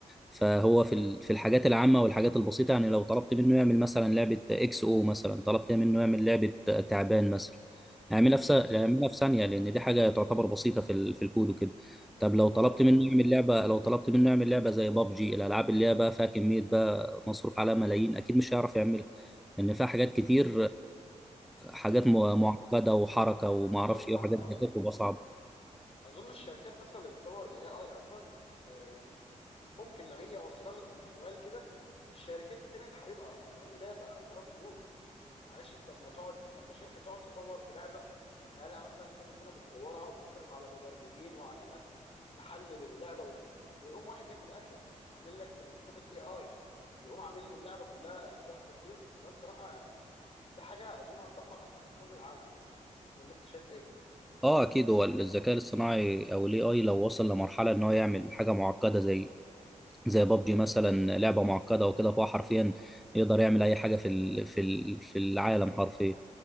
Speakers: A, in the centre; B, on the left (about 50°).
A: فهو في ال... في الحاجات العامة والحاجات البسيطة يعني لو طلبت منه يعمل مثلا لعبة اكس او مثلا طلبت منه يعمل لعبة تعبان مثلا اعملها
B: مم.
A: في س... اعملها في ثانية لأن دي حاجة تعتبر بسيطة في ال... في الكود وكده طب لو
B: اه
A: طلبت
B: اه
A: منه يعمل لعبة لو طلبت منه يعمل لعبة زي بابجي الألعاب اللي هي بقى فيها كمية بقى مصروف عليها ملايين أكيد مش هيعرف يعملها لأن فيها حاجات كتير حاجات
B: آه،
A: م- معقده وحركه وما
B: انا
A: اعرفش
B: اظن
A: ايه
B: اصلا
A: وحاجات زي كده بتبقى صعبه
B: اظن الشركات اصلا اللي بتطور الاي اي اصلا آه، ممكن لو هي وصلت مستواه لكده الشركات التانية تحاربها اصلا لان ده يبقى خراب بيوت معلش انت اما تقعد اما شركة تقعد تطور في لعبة بقالها مثلا كذا سنة بتطورها وبتصرف على مبرمجين وعلى ناس تحلل اللعبة و... ويقوم واحد جاي في الاخر عامل لك نموذج اي اي يقوم عامل له اللعبة كلها بضغطة زر فده بصراحة يعني ده حاجة اظن هتدمر اصلا اقتصاد العالم يعني ولا انت شايف ايه
A: اه اكيد هو الذكاء الاصطناعي او الاي اي لو وصل لمرحله ان هو يعمل حاجه معقده زي زي بابجي مثلا لعبه معقده وكده فهو حرفيا يقدر يعمل اي حاجه في ال- في ال- في العالم
B: بالظبط
A: حرفيا